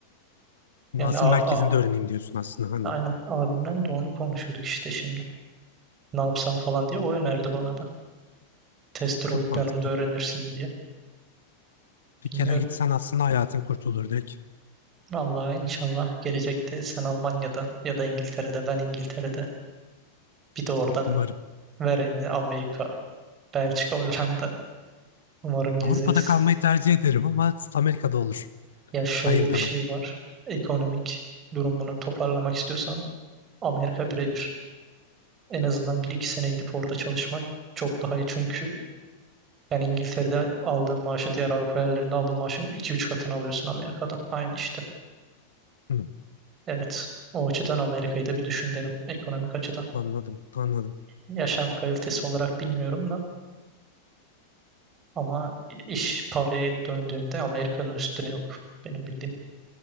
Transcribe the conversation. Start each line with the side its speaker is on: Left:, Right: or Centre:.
Left: Ama
Right: Yani
Left: Asıl
Right: abi,
Left: merkezinde
Right: abi.
Left: öğreneyim diyorsun aslında anladım.
Right: Aynen abimden de onu konuşuyorduk işte şimdi. Ne yapsam falan diye o önerdi bana da. Tester
Left: Çok
Right: olup
Left: mantıklı.
Right: yanımda öğrenirsin diye. Bilmiyorum.
Left: Bir kere gitsen aslında hayatın kurtulur direkt.
Right: Vallahi inşallah gelecekte sen Almanya'da ya da İngiltere'de ben İngiltere'de bir de oradan
Left: Umarım.
Right: verenini Amerika, Belçika, <laughs> Hollanda umarım gezeriz.
Left: Avrupa'da kalmayı tercih ederim ama Amerika'da olur.
Right: Ya şöyle
Left: Hayır
Right: bir
Left: demem.
Right: şey var. Ekonomik durumunu toparlamak istiyorsan Amerika birebir. En azından bir iki sene gidip orada çalışmak çok daha iyi. Çünkü yani İngiltere'de aldığın maaşı diğer Avrupa yerlerinde aldığın maaşın iki üç katını alıyorsun Amerika'da. Aynı işte.
Left: Hı,
Right: Evet. O açıdan Amerika'yı da bir düşün derim. Ekonomik açıdan.
Left: anladım, anladım.
Right: Yaşam kalitesi olarak bilmiyorum da. Ama iş paraya döndüğünde Amerika'nın üstüne yok. Benim bildiğim